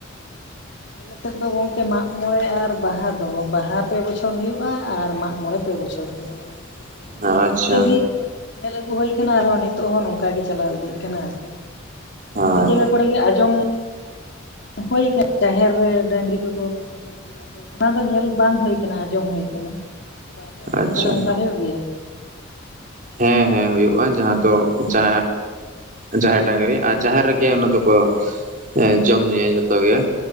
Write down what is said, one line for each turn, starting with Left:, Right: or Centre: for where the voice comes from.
Left: ᱟᱞᱮᱥᱮᱫ ᱫᱚ ᱜᱚᱝᱠᱮ ᱢᱟᱜᱽ ᱢᱚᱬᱮ ᱟᱨ ᱵᱟᱦᱟ ᱫᱚ ᱵᱟᱦᱟ ᱯᱮ ᱵᱚᱪᱷᱚᱨ ᱦᱩᱭᱩᱜᱼᱟ ᱟᱨ ᱢᱟᱜ ᱢᱚᱬᱮ ᱯᱮ ᱵᱚᱪᱷᱚᱨ ᱦᱩᱭᱩᱜᱼᱟ᱾
Right: <unintelligible>
Left: <unintelligible>
Right: ᱟᱪᱪᱷᱟ
Left: ᱧᱮᱞ ᱟᱹᱜᱩ ᱦᱩᱭ ᱟᱠᱟᱱᱟ ᱟᱨᱦᱚᱸ ᱱᱤᱛᱚᱜ ᱦᱚᱸ ᱱᱚᱝᱠᱟ ᱜᱮ ᱪᱟᱞᱟᱣ ᱤᱫᱤᱜ ᱠᱟᱱᱟ ᱟᱨᱠᱤ ᱟᱨ
Right: ᱦᱳᱭ
Left: ᱟᱹᱰᱤ ᱡᱟᱭᱜᱟ ᱨᱮ ᱠᱚᱨᱮ ᱜᱮ ᱟᱡᱚᱢ ᱦᱩᱭ ᱠᱟᱱᱟ ᱡᱟᱦᱮᱨ ᱨᱮ ᱰᱟᱹᱝᱨᱤ ᱠᱚᱠᱚ <inaudible> ᱟᱫᱚ ᱚᱱᱟ ᱫᱚ ᱧᱮᱞ ᱵᱟᱝ ᱦᱩᱭᱩ ᱟᱠᱟᱱᱟ ᱟᱸᱡᱚᱢ ᱦᱩ ᱟᱠᱟᱱᱟ ᱟᱫᱚ ᱟᱯᱮ ᱚᱱᱛᱮ
Right: ᱟᱪᱪᱷᱟ
Left: ᱛᱮ ᱚᱱᱠᱟ ᱦᱩᱭᱩᱜ ᱜᱮᱭᱟ᱾
Right: ᱦᱮᱸ ᱦᱮᱸ ᱦᱩᱭᱩᱜᱼᱟ ᱡᱟᱦᱟᱸ ᱫᱚ ᱡᱟ ᱡᱟᱦᱮᱨ ᱰᱟᱝᱨᱤ ᱟᱨ ᱡᱟᱦᱮᱨ ᱨᱮᱜᱮ ᱚᱱᱟ ᱫᱚᱠᱚ ᱮ ᱡᱚᱢ ᱧᱩᱭᱟ ᱡᱷᱚᱛᱚᱜ ᱜᱮ